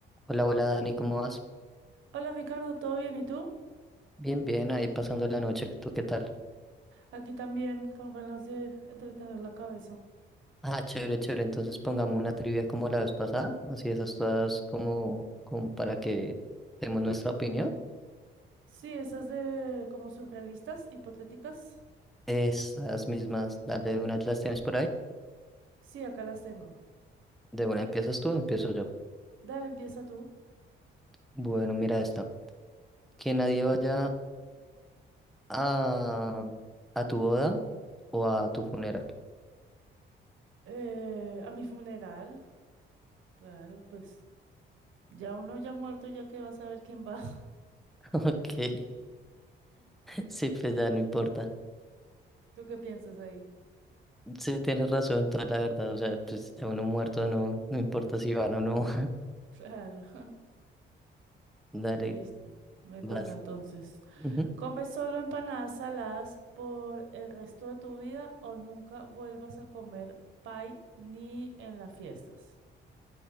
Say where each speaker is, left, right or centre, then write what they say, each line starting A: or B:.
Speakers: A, in the centre; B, on the right.
A: Hola, hola Dani, ¿cómo vas?
B: Hola Ricardo, ¿todo bien? ¿Y tú?
A: Bien, bien, ahí pasando la noche, ¿tú qué tal?
B: Aquí también con ganas de entretener la cabeza.
A: Ah, chévere, chévere, entonces pongamos una trivia como la vez pasada, así esas todas como, como para que demos nuestra opinión.
B: Sí, esas de como surrealistas, hipotéticas.
A: Esas mismas, dale de una, las tienes por ahí.
B: Sí, acá las tengo.
A: De una empiezas tú, empiezo yo.
B: Dale, empieza tú.
A: Bueno, mira esta. Que nadie vaya a, a tu boda o a tu funeral. <laughs>
B: Eh, a mi funeral. Claro, pues ya uno ya muerto, ya que vas a ver quién va. <laughs>
A: Ok. <laughs> Sí, pues ya no importa.
B: ¿Tú qué piensas ahí?
A: Sí, tienes razón, toda la verdad. O sea, pues ya uno muerto no, no importa si van o no.
B: Claro, <laughs>
A: Dale,
B: listo. Me
A: vas.
B: toca entonces.
A: Ujú.
B: ¿Comes solo empanadas saladas por el resto de tu vida o nunca vuelvas a comer pie ni en las fiestas?